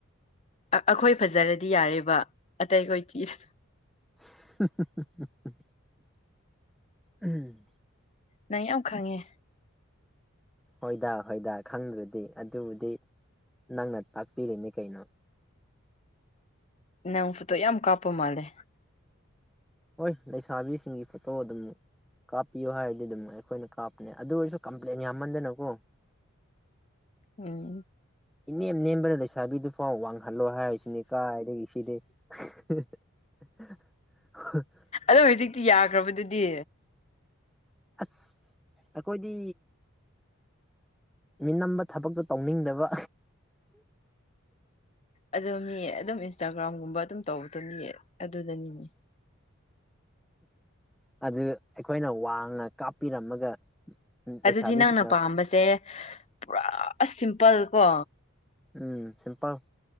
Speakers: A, on the left (about 30°); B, in the centre.
A: ꯑ ꯑꯈꯣꯏ ꯐꯖꯔꯗꯤ ꯌꯥꯔꯦꯕ ꯑꯇꯩꯈꯣꯏ ꯊꯤꯔꯁꯨ
B: <unintelligible> ꯎꯝ
A: ꯅꯪ ꯌꯥꯝ ꯈꯪꯉꯦ
B: ꯍꯣꯏꯗꯥ ꯍꯣꯏꯗꯥ ꯈꯪꯗ꯭ꯔꯗꯤ ꯑꯗꯨꯕꯨꯗꯤ ꯅꯪꯅ ꯇꯥꯛꯄꯤꯔꯤꯅꯤ ꯀꯩꯅꯣ
A: ꯅꯪ ꯐꯨꯇꯣ ꯌꯥꯝ ꯀꯥꯞꯄ ꯃꯥꯜꯂꯦ
B: ꯍꯣꯏ ꯂꯩꯁꯥꯕꯤꯁꯤꯡꯒꯤ ꯐꯣꯇꯣ ꯑꯗꯨꯝ ꯀꯥꯞꯄꯤꯌꯣ ꯍꯥꯏꯔꯗꯤ ꯑꯗꯨꯝ ꯑꯩꯈꯣꯏꯅ ꯀꯥꯞꯄꯅꯦ ꯑꯗꯨ ꯑꯣꯏꯔꯁꯨ ꯀꯝꯄ꯭ꯂꯦꯟ ꯌꯥꯝꯃꯟꯗꯅꯀꯣ
A: ꯎꯝ
B: ꯏꯅꯦꯝ ꯅꯦꯝꯕꯗ ꯂꯩꯁꯥꯕꯤꯗꯨꯐꯥꯎ ꯋꯥꯡꯍꯜꯂꯣ ꯍꯥꯏꯁꯤꯅꯤ ꯀꯥꯢꯗꯒꯤ ꯁꯤꯗꯤ <unintelligible> <unintelligible>
A: ꯑꯗꯣ ꯍꯧꯖꯤꯛꯇꯤ ꯌꯥꯈ꯭ꯔꯕꯗꯨꯗꯤ
B: ꯑꯁ ꯑꯩꯈꯣꯏꯗꯤ ꯃꯤꯅꯝꯕ ꯊꯕꯛꯇꯣ ꯇꯧꯅꯤꯡꯗꯕ
A: ꯑꯗꯣ ꯃꯤ ꯑꯗꯨꯝ ꯏꯟꯁꯇꯥꯒ꯭ꯔꯥꯝꯒꯨꯝꯕ ꯑꯗꯨꯝ ꯇꯧꯕꯗꯣ ꯃꯤ ꯑꯗꯨꯗꯅꯤꯅꯦ
B: ꯑꯗꯨ ꯑꯩꯈꯣꯏꯅ ꯋꯥꯡꯅ ꯀꯥꯞꯄꯤꯔꯝꯃꯒ
A: ꯑꯗꯨꯗꯤ
B: ꯂꯩꯁꯥꯕꯤꯁꯤꯡꯅ
A: ꯅꯪꯅ ꯄꯥꯝꯕꯁꯦ ꯄꯨꯔꯥ ꯁꯤꯝꯄꯜ ꯀꯣ
B: ꯎꯝ ꯁꯤꯝꯄꯜ